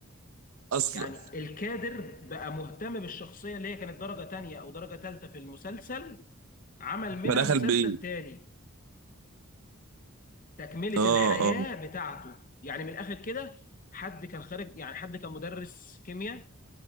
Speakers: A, on the right; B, on the left.
A: اصلا
B: يعني الكادر بقى مهتم بالشخصية اللي هي كانت درجة تانية أو درجة تالتة في المسلسل عمل منها
A: فدخل
B: مسلسل
A: بيه
B: تاني تكملة
A: اه
B: الحياة
A: اه
B: بتاعته يعني من الآخر كده حد كان خارج يعني حد كان مدرس كيمياء